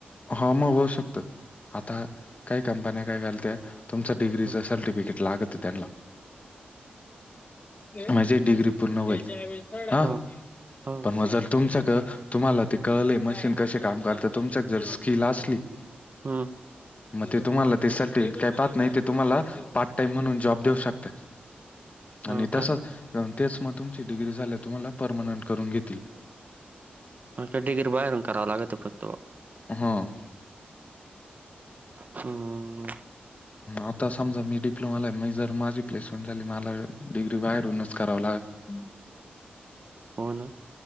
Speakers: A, on the left (about 35°); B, on the right (about 40°).
A: ह मग होऊ शकत आता काही कंपन्या काय घालत्या. तुमच डिग्रीच
B: ह
A: सर्टिफिकेट लागत त्यांना. माझी डिग्री पूर्ण होईल हं.
B: ह ह
A: पण मग जर तुमच क तुम्हाला ते -- कळले मशीन कशी काम करते तुमच्यात जर स्किल असली --
B: हम्म.
A: मग ते तुम्हाला ते सर्टिफिकेट काय पाहत नाही ते तुम्हाला पार्ट टाइम म्हणून जॉब देऊ शकते.
B: हो
A: आणि तसच
B: का
A: तेच मग तुमची डिग्री झाली तुम्हाला परमनंट करून घेतील.
B: <unintelligible> बाहेरून कराव लागते फक्त
A: हं.
B: हम्म.
A: आता समजा मी डिप्लोमाला आहे म जर माझी प्लेसमेंट झाली मला डिग्री बाहेरहूनच कराववी लाग -- हम्म.
B: हो ना.